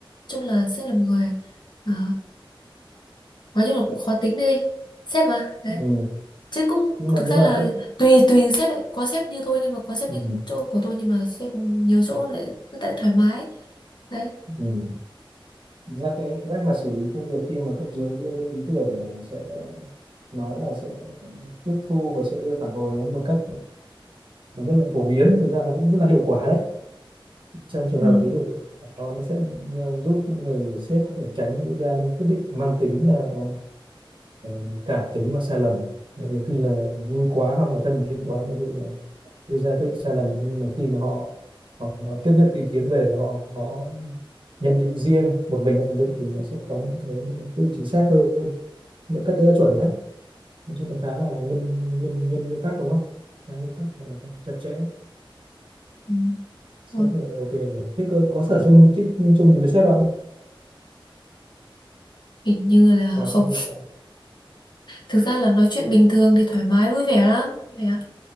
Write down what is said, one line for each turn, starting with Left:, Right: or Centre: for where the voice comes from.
Left: chung là sếp là một người ờ, nói chung là cũng khó tính đi sếp mà đấy
Right: ừ.
Left: chứ cũng
Right: nhưng mà
Left: thực
Right: nhưng
Left: ra
Right: mà
Left: là
Right: cái
Left: tùy tùy sếp ấy. có sếp như tôi nhưng mà có sếp
Right: ừ,
Left: như chỗ của tôi nhưng mà sếp nhiều chỗ lại tại thoải mái đấy
Right: ừ. Thực ra cái cái cách mà xử lý công việc khi mà cấp dưới đưa lên ý tưởng của nó sẽ nói là sẽ tiếp thu và sẽ đưa phản hồi đến một cách nó rất là phổ biến mà thực ra nó cũng rất là hiệu quả đấy trong trường
Left: ừ.
Right: hợp ví dụ nó nó sẽ ờ, giúp người sếp có thể tránh đưa ra những quyết định mang tính ờ, ờ, cảm tính và sai lầm nhiều khi là vui quá hoặc là thân thiện quá đưa ra quyết định sai lầm nhưng mà khi mà họ, họ, họ tiếp nhận cái ý kiến về và họ có nhận định riêng một mình họ nhận định thì nó sẽ có những cái quyết định chính xác hơn một cách đấy là chuẩn đấy nói chung là khá là nguyên nguyên nguyên nguyên tắc đúng không khá nguyên tắc là chặt chẽ
Left: ừ.
Right: sếp
Left: Thôi,
Right: như vậy là ok rồi thế cơ có sở chung thích chung gì với sếp không
Left: hình như là
Right: ngoài
Left: không
Right: công việc ra
Left: thực ra là nói chuyện bình thường thì thoải mái vui vẻ lắm vậy ạ